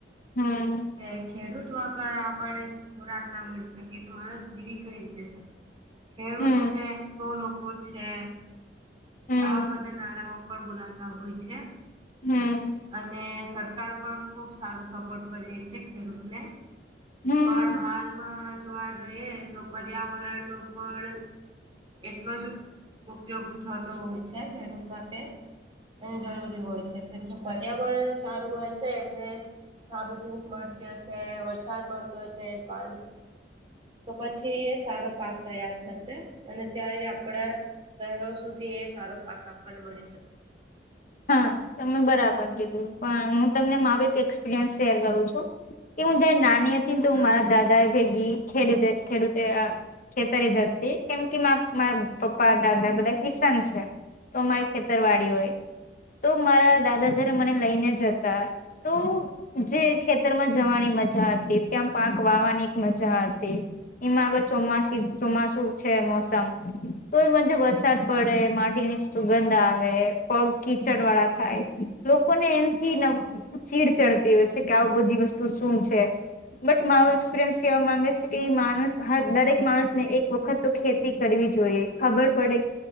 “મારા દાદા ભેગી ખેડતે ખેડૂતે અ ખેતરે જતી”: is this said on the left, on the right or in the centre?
Left